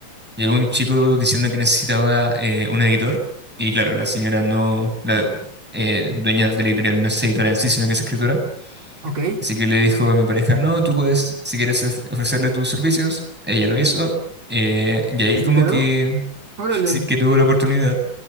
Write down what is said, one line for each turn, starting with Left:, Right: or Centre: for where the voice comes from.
Centre: Llegó un chico diciendo que necesitaba eh, un editor y claro, la señora no, la eh, dueña de la editorial no es editora en sí, sino que es escritora.
Right: Ok. ¿Y
Centre: Así que le dijo a mi pareja, no, tú puedes, si quieres of- ofrecerle tus servicios, ella lo hizo eh, y ahí
Right: se
Centre: como
Right: quedó?
Centre: que,
Right: Órale,
Centre: sí que tuvo la oportunidad.